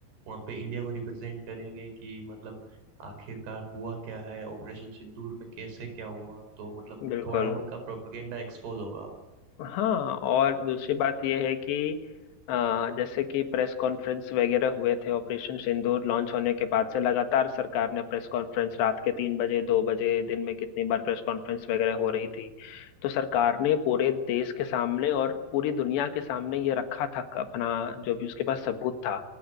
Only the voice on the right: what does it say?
वहाँ पे इंडिया को रिप्रेजेंट करेंगे कि मतलब आखिरकार हुआ क्या है ऑपरेशन सिंदूर में कैसे क्या हुआ तो मतलब
थोड़ा उनका प्रोपेगेंडा एक्सपोज होगा